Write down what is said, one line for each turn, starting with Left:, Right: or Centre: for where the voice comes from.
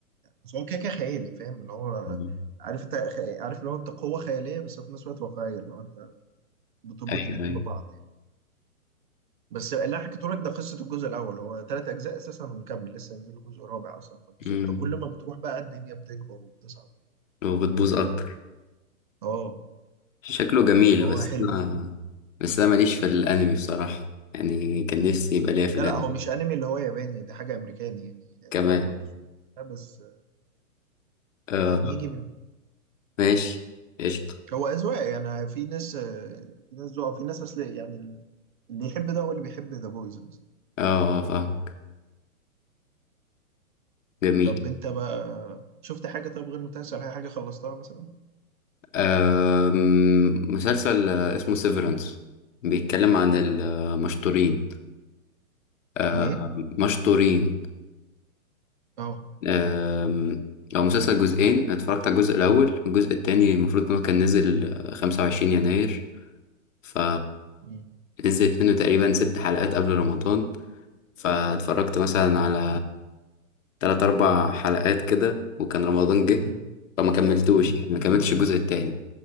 Right: بس هو كده كده خيالي فاهم اللي هو
Left: أمم.
Right: عارف انت خ- عارف اللي هو انت قوة خيالية بس في نفس الوقت واقعية اللي هو انت بتربط
Left: أيوه
Right: الاتنين
Left: أيوه
Right: ببعض يعني بس اللي انا حكيته لك ده قصه الجزء الاول هو ثلاث اجزاء اساسا ومكمل لسه هينزل له جزء رابع اصلا فبص
Left: امم
Right: انت كل ما بتروح بقى الدنيا بتكبر وبتصعب
Left: وبتبوظ أكتر
Right: اه
Left: شكله جميل
Right: هو
Left: بس
Right: حلو
Left: أنا
Right: في ال...
Left: بس أنا ماليش في الأنمي بصراحة يعني كان نفسي يبقى ليا في
Right: لا
Left: الأنمي
Right: لا هو مش انمي اللي هو ياباني ده حاجه امريكاني يعني
Left: كمان
Right: هو مرسوم لا بس آه،
Left: آه
Right: يعني
Left: آه.
Right: يجي من
Left: ماشي قشطة
Right: هو اذواق يعني في ناس آه، في ناس ذوق في ناس اصل يعني اللي يحب ده هو اللي بيحب ذا بويز مثلا
Left: آه آه فاهمك جميل
Right: طب انت بقى شفت حاجه طب غير متاثر حاجه حاجه خلصتها مثلا
Left: آم، مسلسل آه، اسمه سيفرنس بيتكلم عن المشطورين آه،
Right: الايه
Left: مشطورين
Right: اه
Left: آم، هو مسلسل جزئين أنا اتفرجت على الجزء الأول الجزء التاني المفروض إن هو كان نزل خمسة وعشرين يناير ف
Right: مم.
Left: نزلت منه تقريبا ست حلقات قبل رمضان فاتفرجت مثلا على تلات أربع حلقات كده وكان رمضان جه
Right: مم.
Left: فما كملتوش
Right: مم.
Left: يعني ما كملتش الجزء التاني